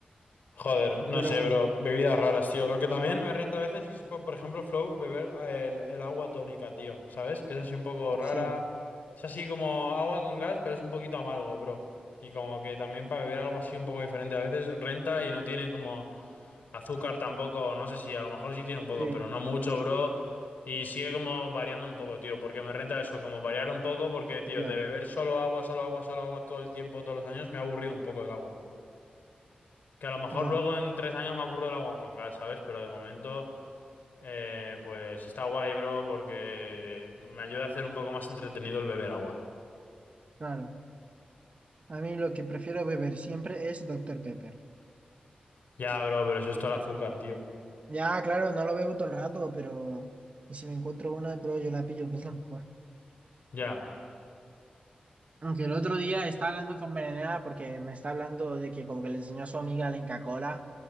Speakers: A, on the left (about 75°); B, on the right (about 45°).
A: Joder, no
B: Pero
A: sé,
B: bueno,
A: bro. Bebidas raras, tío. Lo que también me renta a veces es, co- por ejemplo, Flow, beber ah, el, el agua tónica, tío. ¿Sabes? Que es así un poco rara.
B: sí,
A: Es así como agua con gas, pero es un poquito amargo, bro. Y como que también para beber algo así un poco diferente a veces renta y no tiene como azúcar tampoco. No sé si a lo mejor sí tiene un poco,
B: sí,
A: pero no mucho, bro. Y sigue como variando un poco, tío. Porque me renta eso, como variar un poco, porque, tío,
B: ya,
A: de beber solo agua, solo agua, solo agua todo el tiempo, todos los años, me ha aburrido un poco del agua. Que a lo mejor
B: ya,
A: luego en tres años me aburro del agua con gas, ¿sabes? Pero de momento, eh, pues está guay, bro, porque me ayuda a hacer un poco más entretenido el beber agua.
B: claro. A mí lo que prefiero beber siempre es Doctor Pepper.
A: Ya, bro, pero eso es todo el azúcar, tío.
B: Ya, claro, no lo bebo todo el rato, pero y si me encuentro una de prueba yo la pillo, que es la mejor.
A: Ya.
B: Aunque el otro día estaba hablando con Berenera porque me está hablando de que como que le enseñó a su amiga la Inca Kola